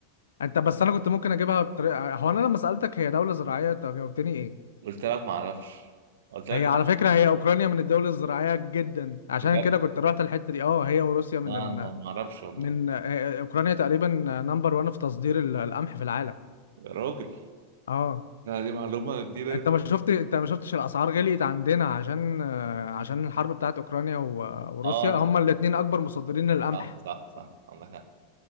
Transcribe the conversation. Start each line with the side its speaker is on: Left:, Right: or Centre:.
Left: انت بس انا كنت ممكن اجيبها بطريقه هو انا لما سالتك هي دوله زراعيه انت جاوبتني ايه
Right: قلت لك ما اعرفش قلت لك
Left: هي على
Right: لا
Left: فكره هي اوكرانيا من الدول الزراعيه جدا عشان
Right: بجد
Left: كده كنت رحت الحته دي اه هي وروسيا من
Right: لا انا ما
Left: ال...
Right: ما اعرفش والله
Left: من آه، آه، اوكرانيا تقريبا نمبر 1 في تصدير ال- القمح في العالم
Right: يا راجل
Left: اه
Right: لا دي معلومه جديده
Left: انت ما شفت انت ما شفتش الاسعار غليت عندنا عشان آه، عشان الحرب بتاعت اوكرانيا و- وروسيا
Right: اه
Left: هما الاثنين اكبر مصدرين للقمح
Right: صح صح صح عندك حق